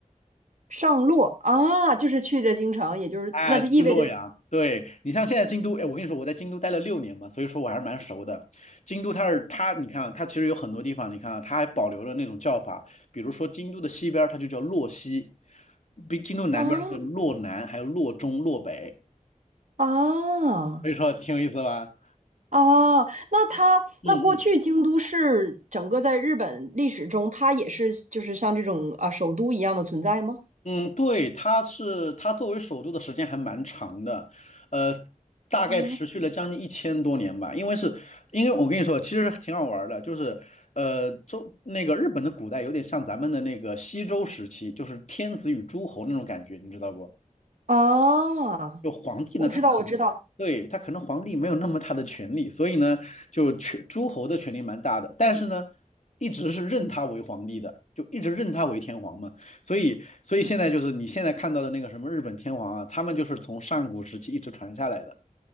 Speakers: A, on the right; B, on the left.
A: 上洛啊，就是去这京城，也就是那就意味着
B: 哎，去洛阳，对你像现在京都，哎，我跟你说，我在京都待了六年嘛，所以说我还是蛮熟的。京都它是它，你看啊它其实有很多地方，你看啊它还保留了那种叫法，比如说京都的西边儿它就叫洛西，比京都南边儿它叫洛南，
A: 啊
B: 还有洛中、洛北，
A: 啊
B: 所以说挺有意思吧？
A: 啊，那它那过去京都市整个在日本历史中，
B: 嗯嗯
A: 它也是就是像这种啊首都一样的存在吗？
B: 嗯，对，它是它作为首都的时间还蛮长的，呃，大概持续了将近一千多年吧。
A: 啊
B: 因为是，因为我跟你说，其实挺好玩儿的，就是呃，周那个日本的古代有点像咱们的那个西周时期，就是天子与诸侯那种感觉，你知道不？
A: 啊，
B: 就皇帝呢，
A: 我知道我知道
B: 他可能对他可能皇帝没有那么大的权力，所以呢，就权诸侯的权力蛮大的，但是呢，一直是认他为皇帝的，就一直认他为天皇嘛。所以所以现在就是你现在看到的那个什么日本天皇啊，他们就是从上古时期一直传下来的